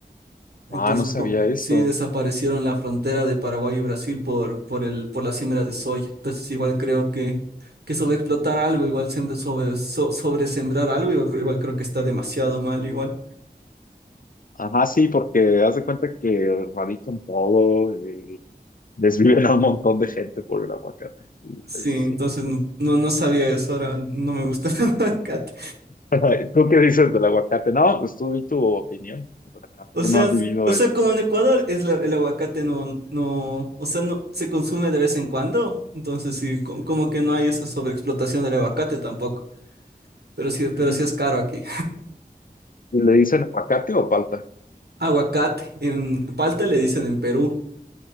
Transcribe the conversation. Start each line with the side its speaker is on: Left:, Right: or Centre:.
Right: Entonces,
Left: Ah, no sabía
Right: con,
Left: eso.
Right: sí desaparecieron la frontera de Paraguay y Brasil por, por el, por la siembra de soya. Entonces, igual creo que, que sobreexplotar algo, igual siempre sobre, so- sobresembrar algo, igual, creo igual creo que está demasiado mal, igual.
Left: Ajá, sí, porque haz de cuenta que radican todo, eh, desviven a un montón de gente por el aguacate. Y pues
Right: Sí, entonces
Left: sí,
Right: no, no, no sabía eso, ahora no me gusta <laughs> el aguacate.
Left: <laughs> ¿Tú qué dices del aguacate? No, pues tú di tu opinión. O sea,
Right: O
Left: tú
Right: sea,
Left: no has
Right: s-
Left: vivido
Right: o
Left: en
Right: sea, como en Ecuador
Left: por eso.
Right: es la- el aguacate no, no, o sea, no se consume de vez en cuando, entonces sí, co- como que no hay esa sobreexplotación del aguacate tampoco, pero sí, pero
Left: Ujú.
Right: sí es caro aquí.
Left: ¿Y le dicen aguacate o palta?
Right: Aguacate, en palta le dicen en Perú.